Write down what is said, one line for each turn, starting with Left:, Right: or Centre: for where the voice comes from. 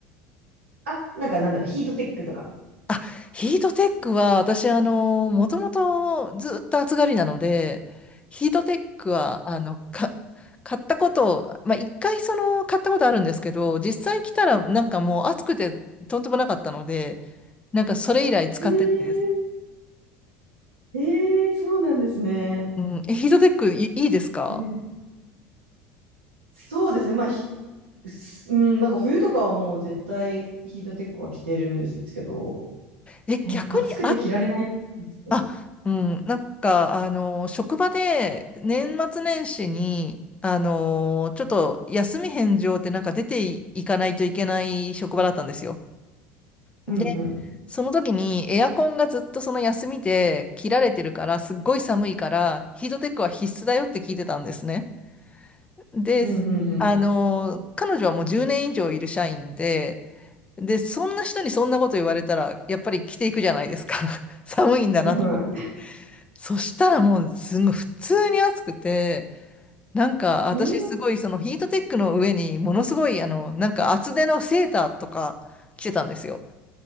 Right: あ、なんかなんだろう、ヒートテックとか。
Left: あ、ヒートテックは、私、あの、もともとずっと暑がりなので、ヒートテックは、あの、か、買ったこと、まあ、一回その、買ったことあるんですけど、実際来たら、なんかもう暑くて、とんでもなかったので、なんかそれ以来使ってないです。
Right: えー、えー、そうなんですね。
Left: うん。えヒートテックい、いいですか
Right: うんそうですね。まあ、ひ、すうん、なんか冬とかはもう絶対ヒートテックは着てるんですけど、
Left: え、
Right: え、
Left: 逆に
Right: 暑くて着られないですよ。
Left: あ、うん、なんか、あの、職場で年末年始に、あの、ちょっと休み返上ってなんか出てい、いかないといけない職場だったんですよ。で、
Right: うんうん。
Left: その時にエアコンがずっとその休みで切られてるから、すっごい寒いから、ヒートテックは必須だよって聞いてたんですね。で、
Right: うんうんうん
Left: あの、彼女はもう10年以上いる社員で、で、そんな人にそんなこと言われたら、やっぱり着ていくじゃないですか。<laughs> 寒いんだなと。
Right: うん。は
Left: そしたらもうすごい普通に暑くて、なんか私すごいそのヒートテックの上にものすごいあの、
Right: い。えー、
Left: なんか厚手のセーターとか着てたんですよ。